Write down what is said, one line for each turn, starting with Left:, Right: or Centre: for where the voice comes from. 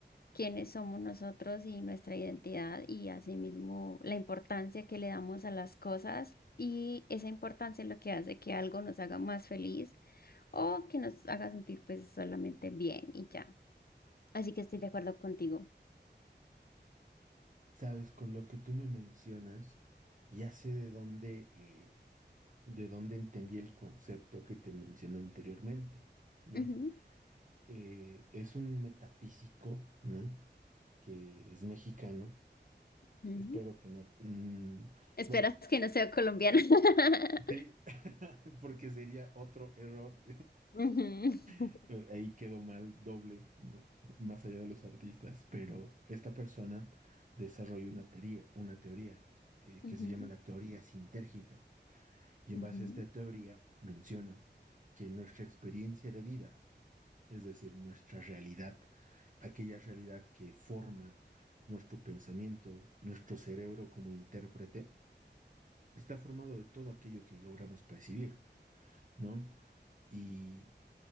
Left: quiénes somos nosotros y nuestra identidad y asimismo la importancia que le damos a las cosas y esa importancia es lo que hace que algo nos haga más feliz o que nos haga sentir pues solamente bien y ya. Así que estoy de acuerdo contigo.
Right: Sabes, con lo que tú me mencionas, ya sé de dónde, eh, de dónde entendí el concepto que te mencioné anteriormente, ¿no?
Left: Ujú,
Right: Eh, es un metafísico, ¿no? Que es mexicano
Left: ujú.
Right: Espero que no. mm,
Left: Esperas
Right: bueno,
Left: que no sea colombiana. <laughs>
Right: de- <laughs> porque sería otro error.
Left: Ujú,
Right: <laughs> Ahí quedó mal doble, ¿no? Más allá de los artistas, pero esta persona desarrolló una teoría, una teoría eh,
Left: ujú,
Right: que se llama la teoría sintérgica. Y en
Left: ujú.
Right: base a esta teoría menciona que nuestra experiencia de vida, es decir, nuestra realidad, aquella realidad que forma nuestro pensamiento, nuestro cerebro como intérprete, está formado de todo aquello que logramos percibir, ¿no? Y